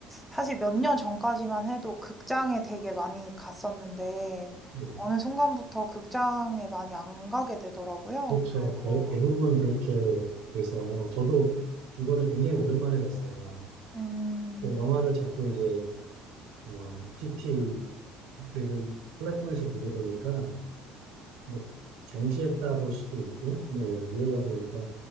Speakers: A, in the centre; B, on the right.
A: 사실 몇 년 전까지만 해도 극장에 되게 많이 갔었는데,
B: 예.
A: 어느 순간부터 극장에 많이 안 가게 되더라고요.
B: 그렇죠.
A: 그래서,
B: 대, 대부분 그렇게 돼서, 저도 이번에 굉장히 오랜만에 봤어요.
A: 음,
B: 그 영화를 자꾸 이제, 어, TT, 들을 플랫폼에서 보게 되니까 뭐 정지했다 볼 수도 있고, 네, 이러다 보니까